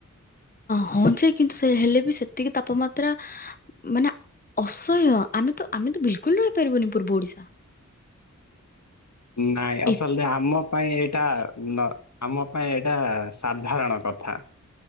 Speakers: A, on the left; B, on the left.
A: ହଁ ଯେ କିନ୍ତୁ ସେ ହେଲେ ବି ସେତିକି ତାପମାତ୍ରା ମାନେ ଅସହ୍ୟ ଆମେ ତ ଆମେ ତ ବିଲକୁଲ ରହିପାରିବୁନି ପୂର୍ବ ଓଡିଶା।
B: ନାଇଁ ଆସଲରେ
A: ଏ-
B: ଆମ ପାଇଁ ଏଇଟା ନ ଆମ ପାଇଁ ଏଇଟା ସାଧାରଣ କଥା।